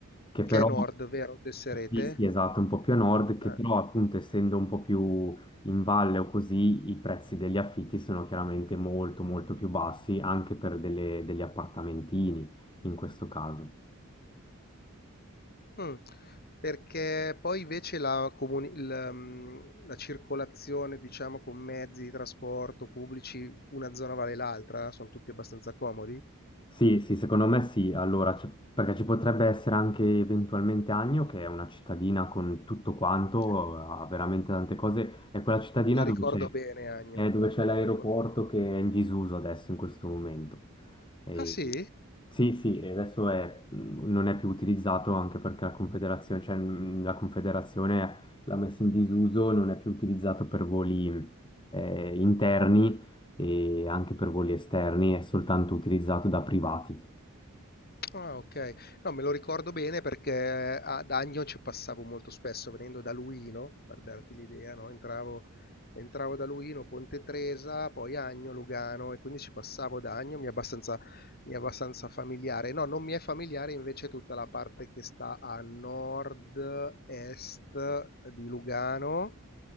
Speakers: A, on the left; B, on the left.
A: che però,
B: Che è Nord, vero? Tesserete?
A: sì, sì, esatto, un po' più a nord, che
B: Eh,
A: però appunto essendo un po' più in valle o così, i prezzi degli affitti sono chiaramente molto molto più bassi, anche per delle- degli appartamentini in questo caso.
B: mm. Perché poi invece la, comuni- il, mm, la circolazione, diciamo, con mezzi di trasporto pubblici, una zona vale l'altra, sono tutti abbastanza comodi.
A: Sì, sì, secondo me sì. Allora, c- perché ci potrebbe essere anche eventualmente Agno, che è una cittadina con tutto quanto,
B: Eh,
A: ha veramente tante cose. È quella cittadina
B: La ricordo
A: dove c'è
B: bene, Agno.
A: è dove c'è l'aeroporto
B: La con-
A: che è in disuso adesso in questo momento. E-
B: Ah sì?
A: sì, sì, e adesso è- mhmm, non è più utilizzato anche perché la Confederazione, cioè, mh, la Confederazione l'ha messo in disuso, non è più utilizzato per voli eh, interni e anche per voli esterni, è soltanto utilizzato da privati.
B: Ah, ok. No, me lo ricordo bene perché ad Agno ci passavo molto spesso venendo da Luino, per darti l'idea, no? Entravo, entravo da Luino, Ponte Tresa, poi Agno, Lugano e quindi ci passavo da Agno, mi è abbastanza, mi è abbastanza familiare. No, non mi è familiare invece tutta la parte che sta a nord-est di Lugano